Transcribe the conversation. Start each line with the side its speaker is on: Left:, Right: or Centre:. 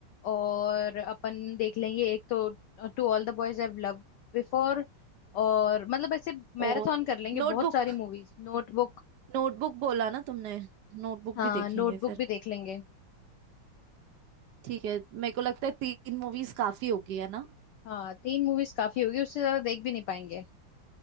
Left: और अपन देख लेंगे एक तो to all the boys I love before और मतलब ऐसे मैराथन
Right: और
Left: कर लेंगे
Right: नोटबुक
Left: बहुत सारी मूवीज नोटबुक
Right: नोटबुक बोला ना तुमने नोटबुक
Left: हाँ
Right: भी देखेंगे
Left: नोटबुक
Right: फिर
Left: भी देख लेंगे
Right: ठीक है मेरे को लगता है तीन मूवीज काफी होगी है ना
Left: हाँ तीन मूवीज काफी होगी उससे ज्यादा देख भी नहीं पाएंगे